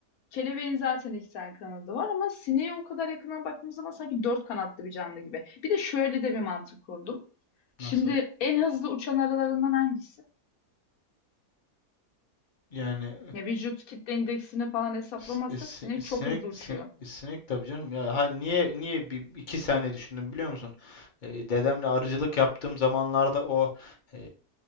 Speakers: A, on the left; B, on the left.
A: Kelebeğin zaten iki tane kanadı var ama sineğe o kadar yakından baktığımız zaman sanki dört kanatlı bir canlı gibi. Bir de şöyle de bir mantık kurdum. Şimdi
B: nasıl?
A: en hızlı uçan aralarından hangisi?
B: Yani
A: Ya vücut kitle indeksini falan hesaplamazsak
B: S- e, si-
A: sinek
B: Sinek,
A: çok hızlı uçuyor.
B: sin- e, sinek, tabii canım. Ya hayır, niye niye bir iki saniye düşündüm biliyor musun? E, dedemle arıcılık yaptığım zamanlarda o e,